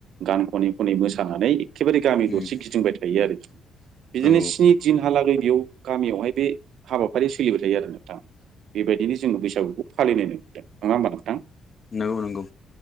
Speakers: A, on the right (about 75°); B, on the left (about 35°).
A: गान खनै खनै मोसानानै। एखेबारे गामि
B: उम
A: दरसे गिदिंबाय थायो आरो बिदिनो
B: औ
A: स्नि दिन हालागै बेयाव गामियावहाय बे हाबाफारिया सोलिबाय थायो आरो नोंथाङा बेबायदिनो जोङो बैसागुखौ। फालिनाय नुबोदों नङा होमबा नोंथां।
B: नंगौ नंगौ।